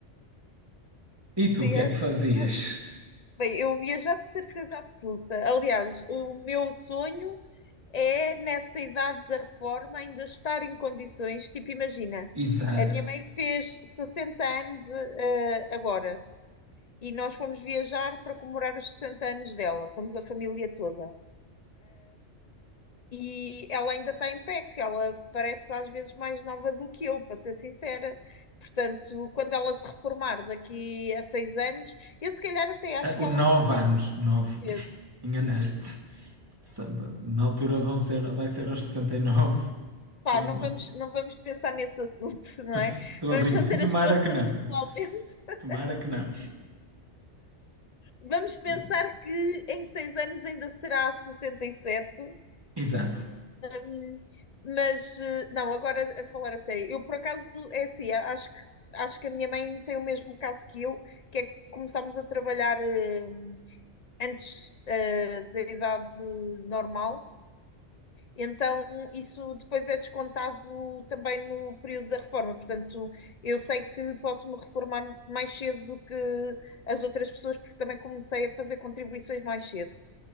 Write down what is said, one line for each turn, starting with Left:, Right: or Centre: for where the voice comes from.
Right: E
Left: Sim,
Right: tu, o que
Left: acho,
Right: é que fazias?
Left: que- acho Bem, eu viajar de certeza absoluta. Aliás, o meu sonho é, nessa idade da reforma, ainda estar em condições. Tipo, imagina,
Right: Exato.
Left: a minha mãe fez 60 anos, eh, agora, e nós fomos viajar para comemorar os 60 anos dela. Fomos a família toda. E ela ainda está em pé, que ela parece às vezes mais nova do que eu, para ser sincera. Portanto, quando ela se reformar daqui a seis anos, eu se calhar até acho
Right: Ah,
Left: que
Right: o
Left: ela
Right: nove
Left: se consegue
Right: anos, nove
Left: mais cedo.
Right: <laughs> enganaste-te. Samba. Na altura vão ser, vai ser aos 69. Estou
Left: Pá,
Right: a,
Left: não vamos, não vamos pensar nesse assunto, <laughs> não é?
Right: estou
Left: Vamos
Right: a brincar.
Left: fazer
Right: <laughs> Tomara
Left: as contas
Right: que não.
Left: atualmente. <laughs>
Right: Tomara que não.
Left: Vamos pensar
Right: Eh,
Left: que em seis anos ainda será 67.
Right: Exato.
Left: Hum, mas, eh, não, agora a falar a sério. Eu, por acaso, é assim, a- acho que, acho que a minha mãe tem o mesmo caso que eu, que é que começámos a trabalhar eh, antes eh, da idade normal. Então, isso depois é descontado também no período da reforma. Portanto, eu sei que posso me reformar mais cedo do que as outras pessoas, porque também comecei a fazer contribuições mais cedo.